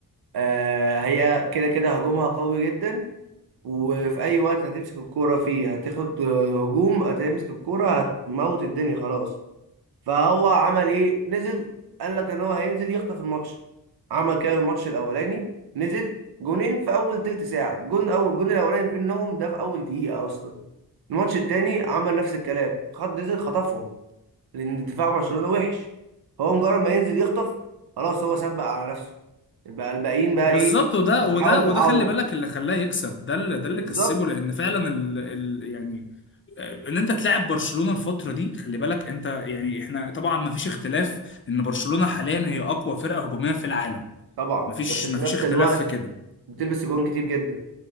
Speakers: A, on the right; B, on the left.
A: آه هي كده كده هجومها قوي جدا وفي اي وقت هتمسك الكوره فيه هتاخد آه، هجوم هتمسك الكوره هتموت الدنيا خلاص فهو عمل ايه نزل قال لك ان هو هينزل يخطف الماتش عمل كده الماتش الاولاني نزل جونين في اول تلت ساعه جون او الجون الاولاني في انهم ده في اول دقيقه اصلا الماتش التاني عمل نفس الكلام خد نزل خطفهم لان دفاع برشلونة وحش فهو مجرد ما ينزل يخطف خلاص هو سبق على نفسه البقى الباقيين بقى
B: بالظبط
A: ايه
B: وده
A: بتحاول
B: وده وده
A: تعوض
B: خلي بالك اللي خلاه يكسب ده اللي ده اللي
A: بالظبط
B: كسبه لان فعلا ال... ال... يعني ان انت تلعب برشلونة الفترة دي خلي بالك انت يعني احنا طبعا ما فيش اختلاف ان برشلونة حاليا هي اقوى فرقة هجومية في العالم
A: طبعا
B: ما فيش
A: بس في
B: ما فيش
A: نفس
B: اختلاف
A: الوقت
B: في كده
A: بتلبس جوان كتير جدا